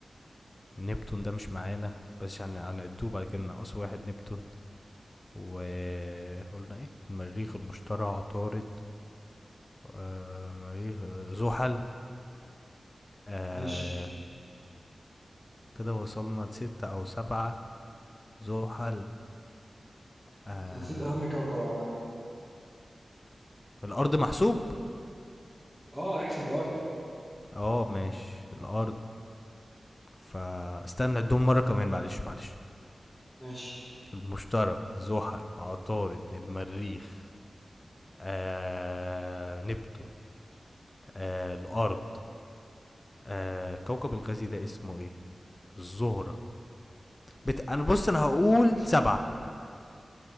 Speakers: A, on the left (about 30°); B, in the centre.
A: نبتون ده مش معانا بس يعني هنعدوه بعد كده ناقص واحد نبتون وقلنا ايه المريخ المشتري عطارد آه مريخ آه، زحل آه
B: ماشي
A: كده وصلنا لستة او سبعة زحل آه
B: انت نسيت اهم كوكب عامه
A: الارض محسوب
B: اه احسب الارض
A: اه ماشي الارض فاستنى عدهم مرة كمان معلش معلش
B: ماشي
A: المشتري زحل عطارد المريخ آه نبتون آه الارض آه كوكب الغازي ده اسمه ايه الزهرة بت... انا بص انا هقول سبعة